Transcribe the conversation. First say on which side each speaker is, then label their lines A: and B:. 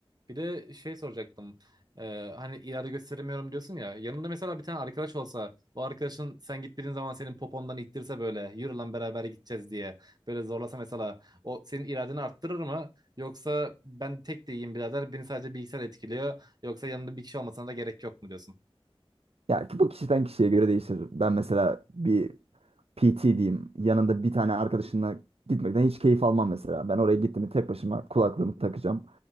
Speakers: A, on the right; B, on the right.
A: Bir de şey soracaktım. Ee, hani irade gösteremiyorum diyorsun ya. Yanında mesela bir tane arkadaş olsa, o arkadaşın sen gittiğin zaman senin popondan ittirse böyle, yürü lan beraber gideceğiz diye. Böyle zorlasa mesela o senin iradeni arttırır mı? Yoksa ben tek de iyiyim birader. Beni sadece bilgisayar etkiliyor. Yoksa yanında bir kişi olmasına da gerek yok mu diyorsun?
B: Ya ki bu kişiden kişiye göre değişir. Ben mesela bir PT diyeyim. Yanında bir tane arkadaşınla gitmekten hiç keyif almam mesela. Ben oraya gittim tek başıma kulaklığımı takacağım.